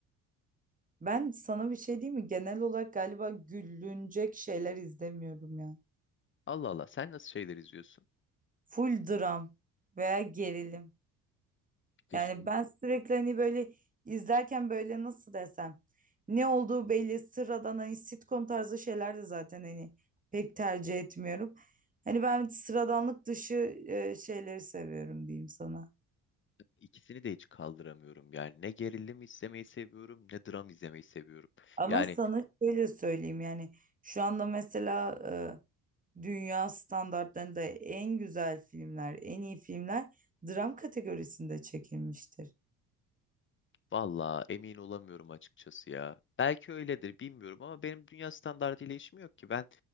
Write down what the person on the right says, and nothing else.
Ben sana bir şey diyeyim mi? Genel olarak galiba gülünecek şeyler izlemiyorum ya.
Full dram veya gerilim.
Yani
ben sürekli hani böyle izlerken böyle nasıl desem ne olduğu belli sıradan hani sitcom tarzı şeyler de zaten hani pek tercih etmiyorum. Hani ben sıradanlık dışı e, şeyleri seviyorum diyeyim sana.
Ama
sana şöyle söyleyeyim yani şu anda mesela e, dünya standartlarında en güzel filmler, en iyi filmler dram kategorisinde çekilmiştir.